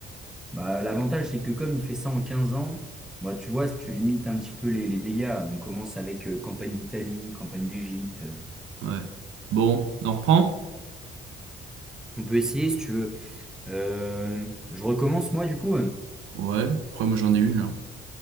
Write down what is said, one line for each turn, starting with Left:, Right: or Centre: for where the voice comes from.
Centre: Bah, l'avantage, c'est que comme il fait ça en 15 ans, bah, tu vois, si tu limites un petit peu les, les dégâts, on commence avec euh, campagne d'Italie, campagne d'Égypte... euh,
Right: Ouais. Bon, on reprend?
Centre: on peut essayer, si tu veux. Euh, je recommence moi du coup. euh.
Right: Ouais, après moi j'en ai une là.